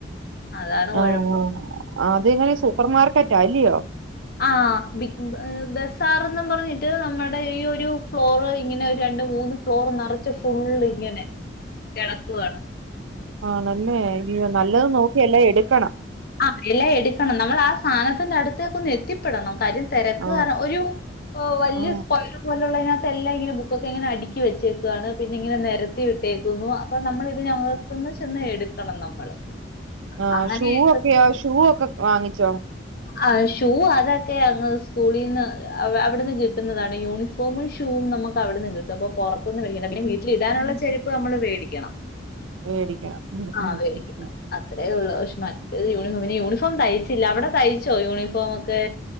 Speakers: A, on the left; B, on the right.
A: അതാണ് കൊഴപ്പം.
B: ആ ആ. ആ അതെങ്ങനെ സൂപ്പർമാർക്കറ്റാ അല്ലെയോ?
A: ആ ബിഗ് ബസാർന്നും പറഞ്ഞിട്ട് നമ്മുടെ ഈ ഒരു ഫ്ലോറ് ഇങ്ങനെ ഒരു രണ്ട് മൂന്ന് ഫ്ലോർ നറച്ച് ഫുള്ള് ഇങ്ങനെ കെടക്കുവാണ്.
B: ആ ല്ലേ ലിയോ. നല്ലത് നോക്കി എല്ലാം എടുക്കണം
A: ആഹ് എല്ലാം എടുക്കണം. നമ്മൾ ആ സാനത്തിന്റെ അടുത്തേക്ക് ഒന്ന് എത്തിപ്പെടണം. കാര്യം തിരക്ക്
B: ആ
A: കാരണം ഒരു വലിയ
B: ആ
A: സ്ക്വയറ് പോലുള്ളയിനക ത്തെല്ലാം ഇങ്ങനെ ബുക്കൊക്കെ ഇങ്ങനെ അടുക്കി വെച്ചേക്കാണ്. പിന്നെ ഇങ്ങനെ നിരത്തി വിട്ടേക്കുന്നു അപ്പൊ നമ്മൾ ഇതിന് അകത്തുന്ന് ചെന്ന് എടുക്കണം നമ്മള്.
B: ആഹ്
A: അങ്ങനെ
B: ശൂവൊ ക്യാ ഷൂ ഒക്കെ വാങ്ങി ച്ചോ
A: ആഹ്. ഷൂ അതൊക്കെ അങ്ങ് സ്‌ക്കൂളീന്ന് അ അവിട്ന്ന് കിട്ട്ന്നതാണ്. യൂണിഫോമ് ഷൂവും നമുക്കവിട്ന്ന് കിട്ടും. അപ്പം പൊറത്ത്ന്ന് മേടിക്കണ്ട. പിന്നെ വീട്ടിലിടാനുള്ള ചെരിപ്പ് നമ്മള് വേടിക്കണം.
B: മേടിക്കണം ഉം
A: ആ
B: ഉം
A: മേടിക്കുന്ന
B: ഉം
A: അത്രയൊള്ളു പക്ഷെ നല്ല യു <unintelligible> യൂണിഫോം തയ്ച്ചില്ല അവിടെ തയ് ച്ചോ യൂണിഫോമൊക്കെ